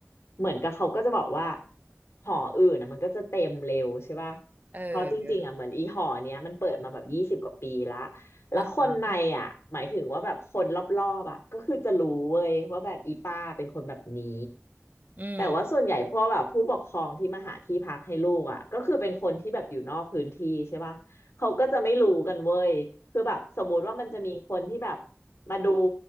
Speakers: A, on the left; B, on the right.
A: เหมือนกับเขาก็จะบอกว่าหออื่นนะมันก็จะเต็มเร็วใช่ป่ะ
B: เออ
A: เพราะจริงๆอ่ะเหมือนอีหอเนี้ยมันเปิดมาแบบยี่สิบกว่าปีละแล้วคนในอ่ะหมายถึงว่าแบบคนรอบๆอ่ะก็คือจะรู้เว้ยว่าแบบอีป้าเป็นคนแบบนี้
B: อ่าฮะอืม
A: แต่ว่าส่วนใหญ่พวกแบบผู้ปกครองที่มาหาที่พักให้ลูกอ่ะก็คือเป็นคนที่แบบอยู่นอกพื้นที่ใช่ป่ะเขาก็จะไม่รู้กันเว้ยคือแบบสมมุติว่ามันจะมีคนที่แบบมาดู